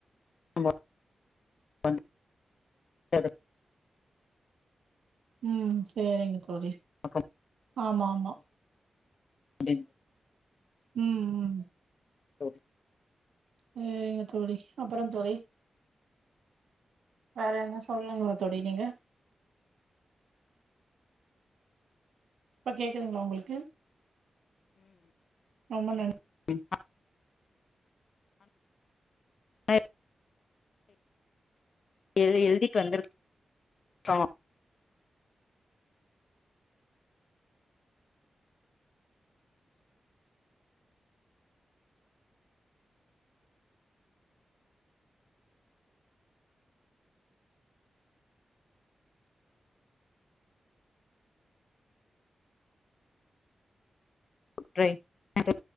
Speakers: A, on the left (about 65°); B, on the right (about 85°).
A: ஆமா செரி செரி
B: உம் சேரிங்க தோழி
A: பாக்க
B: ஆமா ஆமா
A: <unintelligible>
B: உம் உம்
A: ஓகே
B: சேரிங்க தோழி அப்புறம் தோழி வேற என்னா சொல்லுங்களேன் தோழி நீங்க இப்ப கேக்குறதுங்களா உங்களுக்கு ஆமா நன்
A: றிப்பா அ இ எழுதிட்டு வந்தரு பா ரே ஆது